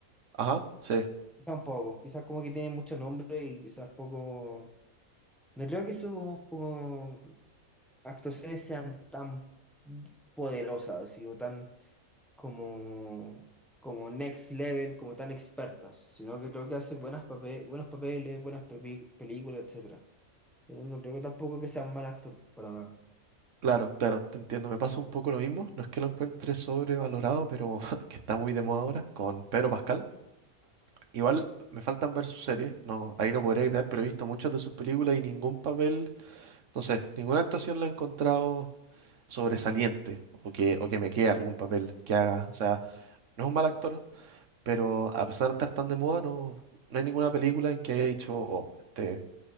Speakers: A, on the right; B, in the centre.
A: Ajá, sí,
B: quizás un poco. Quizás como que tiene mucho nombre y quizás poco. No creo que sus como actuaciones sean tan poderosas, así, o tan como, como next level, como tan expertas, sino que creo que hace buenas pape- buenos papeles, buenas pepi- películas, etc. Pero no creo que tampoco que sea un mal actor, para nada.
A: claro, claro, te entiendo. Me pasa un poco lo mismo. No es que lo encuentre sobrevalorado, pero <laughs> que está muy de moda ahora, con Pedro Pascal. Igual me faltan ver sus series, no, ahí no podría quedar, pero he visto muchas de sus películas y ningún papel, no sé, ninguna actuación la he encontrado sobresaliente o que, o que me quede algún papel que haga. O sea, no es un
B: No.
A: mal actor, Pero a pesar de estar tan de moda, no, no hay ninguna película en que haya dicho, oh, este,